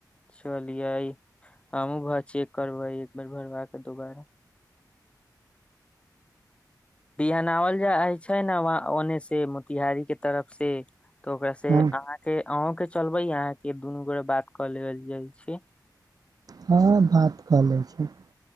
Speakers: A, on the left (about 15°); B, on the right (about 55°).
A: चलियै, हमहूँ जा कऽ चेक करबै एक बेर भरबाके दोबारा। बिहानो गेल जाइ छै ने, ओ ओन्ने सँ मोतिहारीक तरफसँ। तऽ ओकरासँ
B: हँ
A: अहाँके, अहाँके चलबै, अहाँके दुनू गोटे बात कऽ लेले जाइ छी।
B: सभ बात कऽ लै छै।